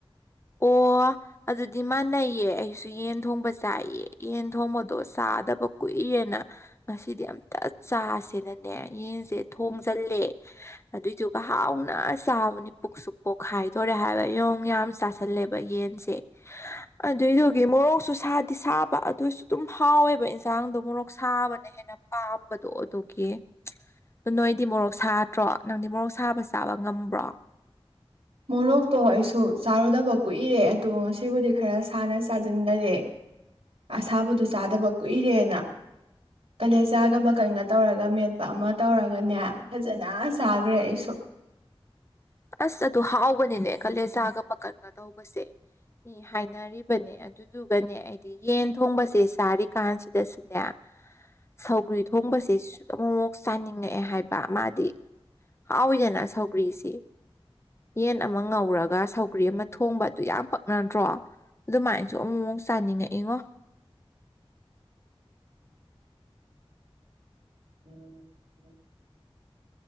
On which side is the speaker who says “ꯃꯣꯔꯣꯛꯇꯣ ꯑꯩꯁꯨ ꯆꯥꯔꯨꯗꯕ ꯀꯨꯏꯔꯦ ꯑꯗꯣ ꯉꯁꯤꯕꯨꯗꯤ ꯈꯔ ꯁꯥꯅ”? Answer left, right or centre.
Right